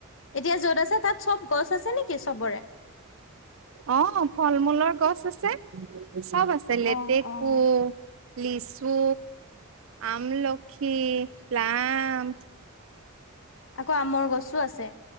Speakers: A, on the left; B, on the right.
A: এতিয়া য'ত আছে তা'ত চব গছ আছে নেকি চবৰে।
B: অঁ', ফল- মূলৰ গছ আছে চব আছে। লেতেকু-
A: অ', অ'।
B: লিচু, আমলখি, প্লাম-
A: আকৌ আমৰ গছো আছে।